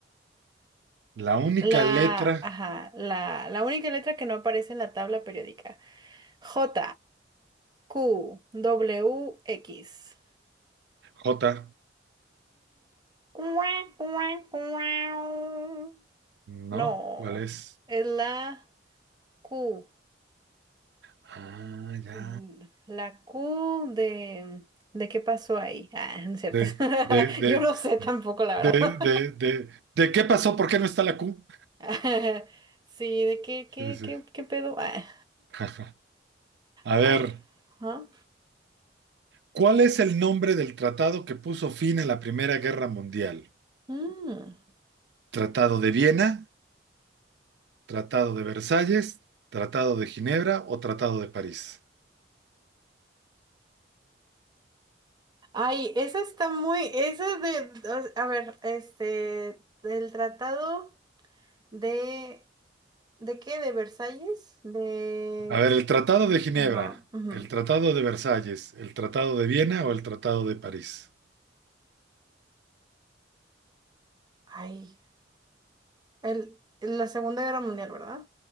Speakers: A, on the right (about 60°); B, on the right (about 20°).
A: la única
B: La,
A: letra
B: ajá, la, la única letra que no aparece en la tabla periódica. J, Q, W, X.
A: J,
B: Cuac, cuac, cuau.
A: ¿no?
B: No,
A: ¿Cuál es?
B: es la Q.
A: Ah, ya.
B: mm, La Q de... ¿De qué pasó ahí? Ah, no es cierto.
A: De,
B: <laughs>
A: de, de,
B: Yo no sé tampoco, la
A: de,
B: verdad.
A: de, de, ¿de qué pasó? ¿Por qué no está la Q?
B: <laughs> Sí, ¿de qué, qué,
A: Sí, sí.
B: qué, qué pedo? Ah,
A: <laughs> A
B: a
A: ver,
B: ver, ajá.
A: ¿cuál es el nombre del tratado que puso fin a la Primera Guerra Mundial?
B: Mm.
A: ¿Tratado de Viena, Tratado de Versalles, Tratado de Ginebra o Tratado de París?
B: Ay, esa está muy... Esa de... A ver, este... El tratado... ¿De, de qué? ¿De Versalles? De...
A: A ver, el Tratado de Ginebra,
B: Ajá, ujú.
A: el Tratado de Versalles, el Tratado de Viena o el Tratado de París.
B: Ay, el, la Segunda Guerra Mundial, ¿verdad?